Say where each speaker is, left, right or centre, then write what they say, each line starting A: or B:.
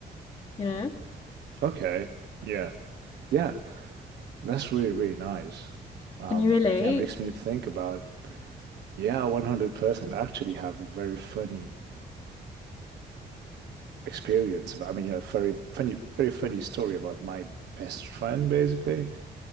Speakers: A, on the left (about 35°); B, on the right (about 85°).
A: you know,
B: Okay. Yeah. Yeah. That's really, really nice. Um,
A: can you relate?
B: yeah, it makes me think about, yeah, 100% actually have a very funny experience about, I mean, you know, very funny, very funny story about my best friend, basically.